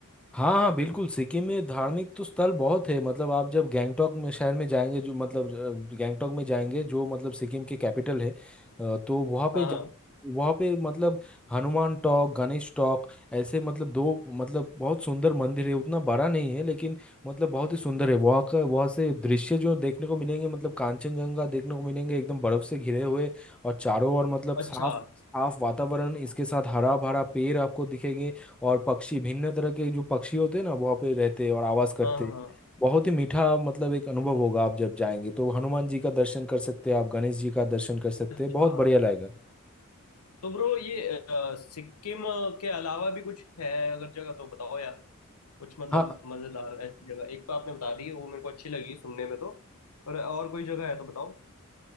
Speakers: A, in the centre; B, on the left.
A: हाँ हाँ बिल्कुल सिक्किम में धार्मिक तो स्थल बहुत है मतलब आप जब गैंगटोक में शहर में जाएंगे जो मतलब अ, गैंगटोक में जाएंगे जो मतलब सिक्किम के कैपिटल है अ, तो वहाँ
B: हाँ
A: पे जा
B: हाँ
A: वहाँ पे मतलब हनुमान टॉक गणेश टॉक ऐसे मतलब दो मतलब बहुत सुंदर मंदिर है उतना बड़ा नहीं है लेकिन मतलब बहुत ही सुंदर है वहाँ का वहाँ से दृश्य जो देखने को मिलेंगे मतलब कांचनजंगा देखने को मिलेंगे एकदम बर्फ से घिरे हुए और चारों ओर मतलब
B: अच्छा
A: साफ साफ वातावरण इसके साथ हरा भरा पेड़ आपको दिखेंगे और पक्षी भिन्न तरह के जो पक्षी होते हैं ना वहाँ पे रहते हैं और आवाज करते
B: हाँ हाँ
A: हैं
B: हाँ।
A: बहुत ही मीठा मतलब एक अनुभव होगा आप जब जाएंगे तो हनुमान जी का दर्शन कर सकते हैं आप गणेश जी का दर्शन कर सकते
B: अच्छा
A: हैं बहुत बढ़िया लगेगा
B: तो ब्रो ये अ, सिक्किम अ, के अलावा भी कुछ है अगर जगह तो बताओ यार कुछ मतलब
A: हाँ
B: मजेदार ऐसी जगह एक तो आपने बता दी वो मेरे को अच्छी लगी सुनने में तो पर और कोई जगह है तो बताओ